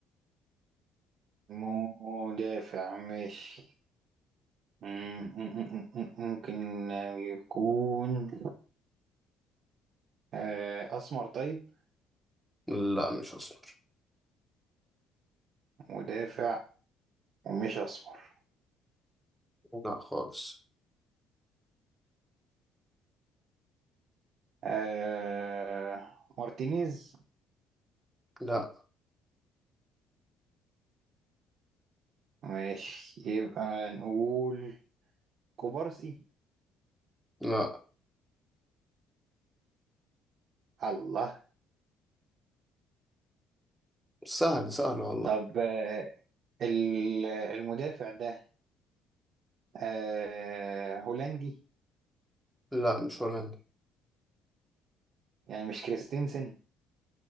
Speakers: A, on the right; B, in the centre.
A: مدافع ماشي مم، مم، مم، مم، ممكن يكون آه، أسمر طيب
B: لا مش اسمر
A: مدافع ومش أسمر
B: لا خالص
A: آه، مارتينيز
B: لا
A: ماشي يبقى نقول كوبارسي
B: لا
A: الله
B: سهل سهل والله
A: طب آه، ال- المدافع ده آه، هولندي
B: لا مش هولندي
A: يعني مش كريستنسن